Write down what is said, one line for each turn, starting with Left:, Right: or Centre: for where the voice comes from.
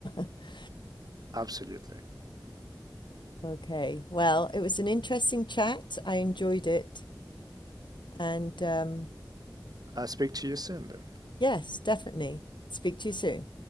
Left: <laughs>
Right: absolutely
Left: Okay. Well, it was an interesting chat. I enjoyed it, and um,
Right: i'll speak to you soon then
Left: yes, definitely. Speak to you soon.